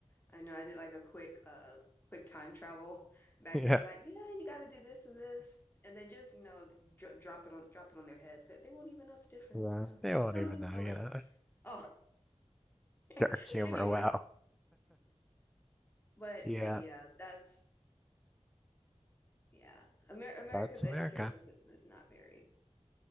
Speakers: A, on the left; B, in the centre.
A: I know I did like a quick uh quick time travel back
B: <laughs> Yeah.
A: there. It's like, yeah, you got to do this and this and then just, you know, dr drop it on drop it on their heads that they won't even know the difference.
B: Yeah.
A: Yeah.
B: They won't
A: Don't
B: even
A: even
B: know,
A: feel
B: you
A: it.
B: know.
A: Oh, <laughs>
B: Dark humor,
A: anyway.
B: wow.
A: But
B: Yeah.
A: but yeah, that's yeah. Amer America's
B: That's
A: education
B: America.
A: system is not very